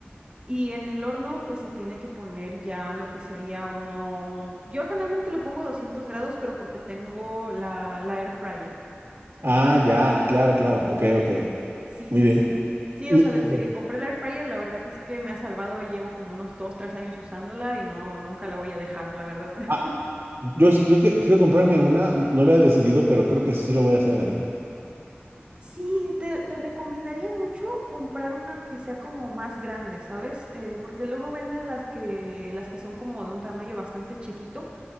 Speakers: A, on the right; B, on the right.
A: Y en el horno, pues se tiene que poner ya lo que sería unos. Yo generalmente lo pongo 200 grados, pero porque tengo la, la air fryer.
B: Ah, ya, claro, claro. Ok, ok.
A: Sí,
B: Muy
A: sí,
B: bien.
A: sí. Sí,
B: Y
A: o sea, desde
B: Ok.
A: que compré la air fryer, la verdad es que me ha salvado. Llevo como unos dos, tres años usándola y no, nunca la voy a dejar, la verdad. <laughs>
B: ah, yo, sí- yo que- quiero comprarme una, no había decidido, pero creo que sí lo voy a hacer, ¿eh?
A: Sí, te, te recomendaría mucho comprar una que sea como más grande, ¿sabes? Eh, porque luego venden las que, las que son como de un tamaño bastante chiquito.